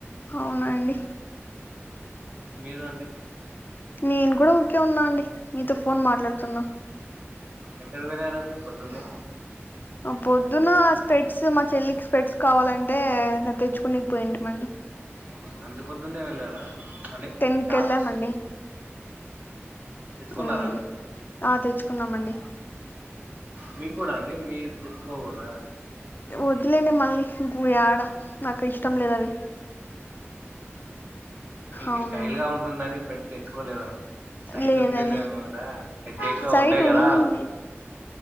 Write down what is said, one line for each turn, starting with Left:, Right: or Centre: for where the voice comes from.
Left: అవునా అండి
Right: మీరు అండి
Left: నేను కూడ ఊకే ఉన్నా అండి మీతో ఫోన్ మాట్లాడుతున్నా
Right: ఎక్కడ వెళ్ళారండి పొద్దున్నే
Left: పొద్దున స్పెడ్స్ మా చెల్లికి స్పేడ్స్ కావాలంటే తెచ్చుకునేకి పోయింటిమండి
Right: అవునా అంత పొద్దున్నే వెళ్ళారా అంటే
Left: టెన్
Right: షాప్స్
Left: కెళ్ళామండి
Right: తెచ్చుకున్నారా
Left: మ్మ్
Right: అండి
Left: ఆ తెచ్చుకున్నామండి
Right: మీ క్కుడా అండి మీరు తెచ్చుకోగూడదా
Left: వద్దులెండి మళ్ళీ గుయాడ నాకు ఇష్టం లేదు అవి
Right: మీకి
Left: అవునండి
Right: స్టైల్ గ ఉంటుందని పెట్ తెచ్చుకోలేదను సైట్
Left: లేదండి
Right: ఉంటుందేమో కదా హెడ్డెక్ గ
Left: సైట్
Right: ఉంటది కదా
Left: ఉంది